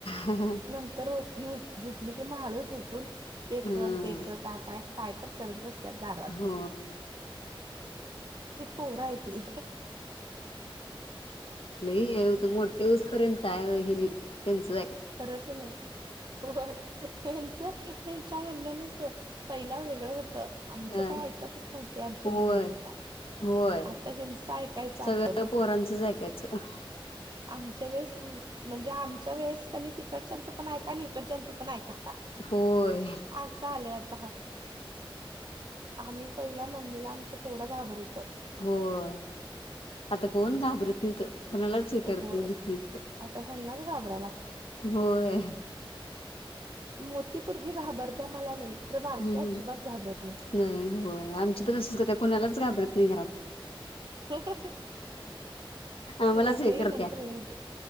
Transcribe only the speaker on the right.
नंतर. ही झुपली किं हाळू झुटली. ए
कर ते कर काय काय काय तर करत बसत दारात.
स प उरायती.
खरंच नाही होय हच हच्यावरण्यानच. पहिला वेगळं होतं आमचं
काय ऐकतच नव्हते आमचे
मम्मी पप्पा
आता हिंच ऐकायच
आपण.
आमच्या वेळेस म्हणजे आमच्या वेळेस क तिकडच्यांचं पण ऐका आणि इिकडच्यांचं पण ऐका.
असं आलंय आता आम्ही पहिला मम्मीला आमच्या केवढं घाबरतो
होय
आता ह्यांनाच घाबरायला लागतंय
मोठी परगी घाबरत्या मला नाही. खरं बारकी
अजिबात घाबरत
ह.
खरं
लई
नंतर येऊ दे